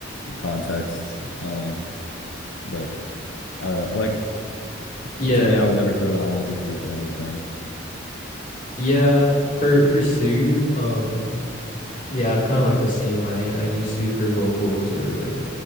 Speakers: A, on the left (about 80°); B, on the left (about 40°).
A: contexts. Um, like I don't know. Like
B: yeah,
A: to me, I would never throw that on like a beat or anything.
B: yeah, for for Soothe, um Yeah, I'm kind of like the same. I I use Sooth for vocals or like